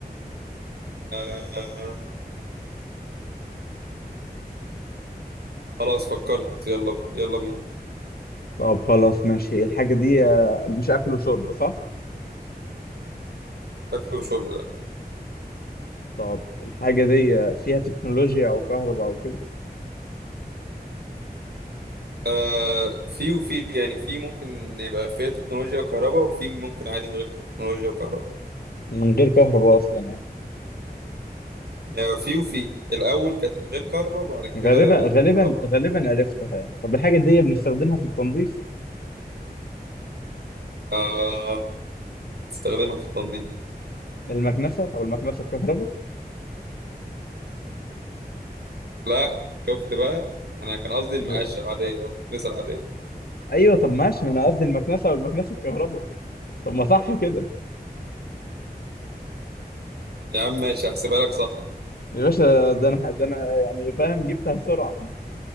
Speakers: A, on the right; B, on the left.
A: آه خلاص فكرت يلا يلا بينا
B: طب خلاص ماشي الحاجه دي آه، مش اكل وشرب صح
A: مش أكل وشرب ده
B: طب الحاجة دي فيها تكنولوجيا أو كهرباء أو كده
A: آه في وفي يعني في ممكن يبقى فيها تكنولوجيا وكهرباء وفي ممكن عادي من غير تكنولوجيا وكهرباء
B: من غير كهرباء أصلا يعني
A: يعني في وفي الأول كانت من غير كهرباء وبعد كده
B: غالبا
A: بقت
B: غالبا
A: بكهرباء
B: غالبا عرفتها يعني طب الحاجة دي بنستخدمها في التنظيف
A: آه تستخدمها في التنظيف
B: المكنسة أو المكنسة الكهرباء
A: لا شفت بقى أنا كان قصدي
B: يا.
A: المقاشة العادية أو المكنسة العادية
B: أيوه طب ماشي ما أنا قصدي المكنسة أو المكنسة الكهرباء طب ما صح كده
A: يا عم ماشي هحسبها لك صح
B: يا باشا ده أنا ده أنا يعني فاهم جبتها بسرعة